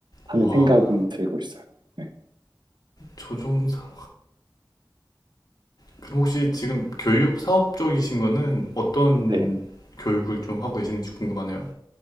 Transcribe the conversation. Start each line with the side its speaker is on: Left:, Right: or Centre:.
Right: 하는
Left: 우와.
Right: 생각은 들고 있어요. 네.
Left: 조종사. 그럼 혹시 지금 교육 사업 쪽이신 거는 어떤
Right: 네.
Left: 교육을 좀 하고 계시는지 궁금하네요.